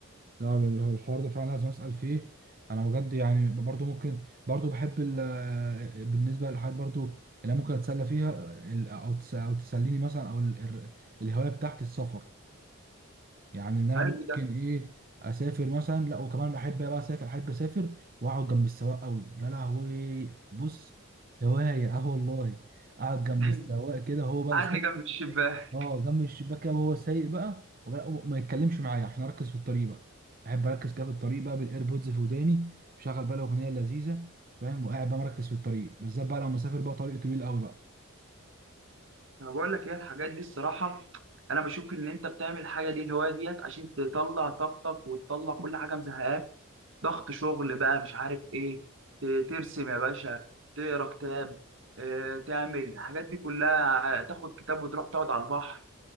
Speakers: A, on the right; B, on the right.
A: لا بال- هو الحوار ده فعلا لازم اسال فيه انا بجد يعني برضو ممكن برضو بحب ال- بالنسبه للحاجات برضو اللي أنا ممكن اتسلى فيها ال- او تس- او تسليني مثلا او ال- ال- الهوايه بتاعت السفر يعني ان انا
B: حلو
A: ممكن
B: ده
A: ايه اسافر مثلا لا وكمان بحب بقى اسافر احب اسافر واقعد جنب السواق قوي يا لهوي بص هوايه اه والله اقعد جنب
B: <laughs>
A: السواق كده هو بقى
B: قعدني جنب الشباك
A: اه جنب الشباك وهو سايق بقى وما وما يتكلمش معايا عشان اركز في الطريق بقى بحب اركز كده في الطريق بقى بالايربودز في وداني بشغل بقى الاغنيه اللذيذه فاهم وقاعد بقى مركز في الطريق بالذات بقى لو مسافر بقى طريق طويل قوي بقى
B: انا بقول لك ايه الحاجات دي الصراحه انا بشوف ان انت بتعمل الحاجه دي الهوايه ديت عشان تطلع طاقتك وتطلع كل حاجه مزهقاك ضغط شغل بقى مش عارف ايه ت- ترسم يا باشا تقرا كتاب آه، تعمل الحاجات دي كلها ع- تاخد كتاب وتروح تقعد على البحر